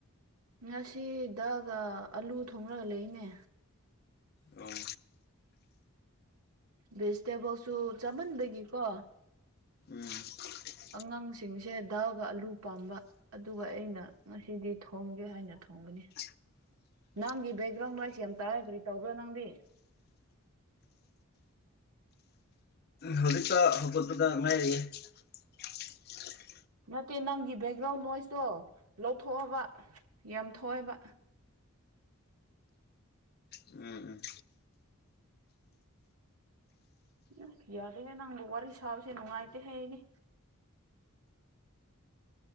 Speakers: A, on the right (about 85°); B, on the left (about 45°).
A: ꯉꯁꯤ ꯗꯥꯜꯒ ꯑꯂꯨ ꯊꯣꯡꯂꯒ ꯂꯩꯅꯦ
B: ꯑꯣ
A: ꯚꯤꯖꯇꯦꯕꯜꯁꯨ ꯆꯥꯃꯟꯕꯒꯤ ꯀꯣ
B: ꯎꯝ
A: ꯑꯉꯥꯡꯁꯤꯡꯁꯦ ꯗꯥꯜꯒ ꯑꯂꯨ ꯄꯥꯝꯕ ꯑꯗꯨꯒ ꯑꯩꯅ ꯉꯁꯤꯗꯤ ꯊꯣꯡꯒꯦ ꯍꯥꯏꯅ ꯊꯣꯡꯕꯅꯤ
B: <inaudible>
A: ꯅꯪꯒꯤ ꯕꯦꯛꯒ꯭ꯔꯥꯎꯟ ꯅꯣꯏꯁ ꯌꯥꯝ ꯇꯥꯢꯌꯦ ꯀꯔꯤ ꯇꯧꯕ꯭ꯔꯣ ꯅꯪꯗꯤ
B: ꯍꯧꯖꯤꯛꯇ ꯍꯧꯒꯠꯄꯗ ꯉꯥꯏꯔꯤꯑꯦ <inaudible>
A: ꯅꯠꯇꯦ ꯅꯪꯒꯤ ꯕꯦꯛꯒ꯭ꯔꯥꯎꯟ ꯅ‌ꯣꯏꯁꯇꯣ ꯂꯧꯊꯣꯛꯑꯣꯕ ꯌꯥꯝ ꯊꯣꯛꯑꯦꯕ
B: ꯎꯝ ꯎꯝ
A: ꯎꯝ ꯌꯥꯗꯦꯅꯦ ꯅꯪꯕꯨ ꯋꯥꯔꯤ ꯁꯥꯕꯁꯦ ꯅꯨꯡꯉꯥꯏꯇꯦ ꯍ‌ꯦ ꯑꯩꯗꯤ